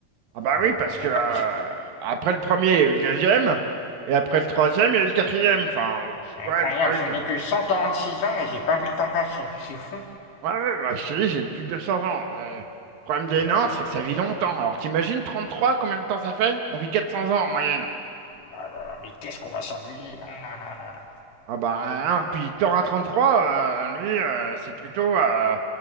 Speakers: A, on the right; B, on the left.
A: Ah bah
B: ah, ah,
A: oui, parce
B: ah, J'ai
A: que euh,
B: pas. j'ai-
A: après le premier, il y a eu le deuxième, et après le troisième, il y a eu le quatrième. Enfin,
B: C'est
A: tu
B: incroyable,
A: vois le truc.
B: je n'ai
A: euh,
B: que 146 ans et j'ai pas vu le temps passer. C'est fou.
A: Ouais, ouais, bah, je te dis, j'ai plus de 200 ans. Euh, le problème des
B: Ah,
A: nains,
B: bah oui,
A: c'est
B: bah
A: que
B: écoute.
A: ça vit longtemps.
B: euh,
A: Alors t'imagines 33, combien de temps ça fait? On vit 400 ans en moyenne.
B: bah, bah, bah, mais qu'est-ce qu'on va s'ennuyer Ah, non, non, non, non.
A: Ah bah, hein, puis Thorin 33, euh, lui, euh, c'est plutôt... euh,